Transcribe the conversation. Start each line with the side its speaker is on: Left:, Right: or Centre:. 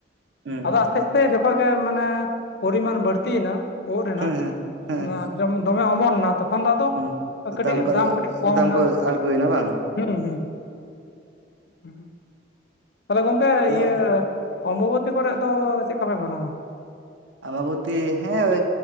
Right: ᱦᱩᱸ
Left: ᱟᱫᱚ ᱟᱥᱛᱮ ᱟᱥ ᱛᱮ ᱡᱚᱠᱷᱚᱡ ᱜᱮ ᱢᱟᱱᱮ ᱯᱚᱨᱤᱢᱟᱱ ᱵᱟᱹᱲᱛᱤᱭᱮᱱᱟ ᱳᱜ ᱨᱮᱱᱟᱜ
Right: ᱦᱮᱸ ᱦᱮᱸ ᱦᱮᱸ
Left: ᱡᱚᱢ ᱫᱚᱢᱮ ᱚᱢᱚᱱᱟ ᱛᱚᱠᱷᱚᱱ ᱫᱚ ᱟᱫᱚ
Right: ᱦᱩᱸ
Left: ᱠᱟᱹᱴᱤᱡ
Right: ᱠᱚᱫᱚ
Left: ᱫᱟᱢ ᱠᱟᱹᱴᱤᱡ ᱠᱚᱢ
Right: ᱫᱟᱢ
Left: ᱱᱟ
Right: ᱠᱚ ᱟᱬᱜᱚᱭᱮᱱᱟ ᱵᱟᱝ
Left: ᱦᱮᱸ ᱦᱮᱸ <unintelligible> ᱛᱟᱦᱚᱞᱮ ᱜᱚᱝᱠᱮ
Right: ᱟᱫᱚ
Left: ᱤᱭᱟᱹ ᱚᱢᱵᱚᱵᱚᱛᱤ ᱠᱚᱨᱮ ᱫᱚ ᱪᱮᱫ ᱞᱮᱠᱟ ᱯᱮ ᱢᱟᱱᱟᱣᱟ
Right: ᱟᱵᱟᱵᱚᱛᱤ ᱦᱮᱸ ᱚᱭ